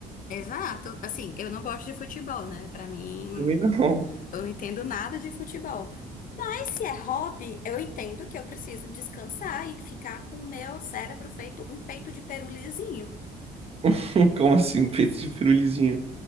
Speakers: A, on the left; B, on the right.
A: Exato. Assim, eu não gosto de futebol, né? Pra mim,
B: Também não.
A: eu não entendo nada de futebol. Mas se é hobby, eu entendo que eu preciso descansar e ficar com o meu cérebro feito um peito de peru lisinho.
B: <laughs> Como assim, um peito de pirulizinho?